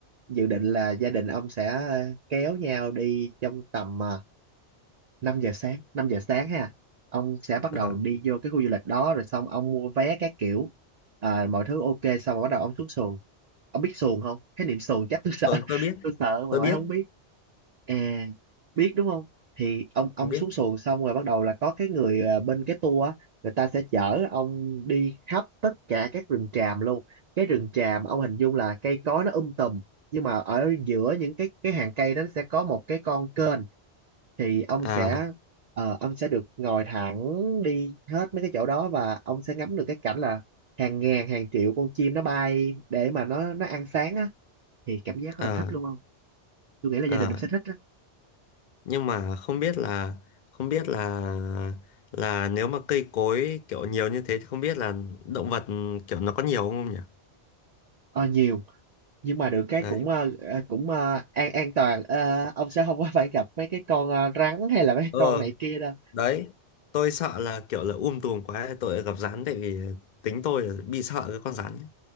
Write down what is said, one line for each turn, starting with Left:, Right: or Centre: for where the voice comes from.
Right: dự định là gia đình ông sẽ à, kéo nhau đi trong tầm à, năm giờ sáng 5 giờ sáng ha ông sẽ bắt
Left: Ờ,
Right: đầu đi vô cái khu du lịch đó rồi xong ông mua vé các kiểu à, mọi thứ ok xong rồi bắt đầu ông xuống xuồng ông biết xuồng không cái niệm xuồng chắc tôi sợ
Left: còn
Right: <laughs>
Left: tôi biết
Right: tôi sợ
Left: tôi
Right: mà ngoại
Left: biết
Right: không biết à biết đúng không thì ông ông
Left: tôi biết
Right: xuống xuồng xong rồi bắt đầu là có cái người à, bên cái tour á người ta sẽ chở ông đi khắp tất cả các rừng tràm luôn cái rừng tràm ông hình dung là cây cối nó um tùm nhưng mà ở giữa những cái cái hàng cây đó nó sẽ có một cái con kênh thì ông
Left: à
Right: sẽ ờ, ông sẽ được ngồi thẳng đi hết mấy cái chỗ đó và ông sẽ ngắm được cái cảnh là hàng ngàn hàng triệu con chim nó bay để mà nó nó ăn sáng á thì cảm giác rất
Left: à
Right: là thích luôn không tôi nghĩ là
Left: à
Right: gia đình ông sẽ thích á
Left: nhưng mà không biết là không biết là là nếu mà cây cối kiểu nhiều như thế thì không biết là động vật kiểu nó có nhiều không nhỉ
Right: Ờ, nhiều nhưng mà được cái
Left: đấy
Right: cũng ờ, ờ, cũng ờ, an an toàn Ờ, ông sẽ không có phải gặp mấy cái con ờ, rắn hay là mấy
Left: ờ
Right: con này kia đâu
Left: đấy tôi sợ là kiểu là um tùm quá tôi lại gặp rắn tại vì tính tôi là bị sợ cái con rắn ấy.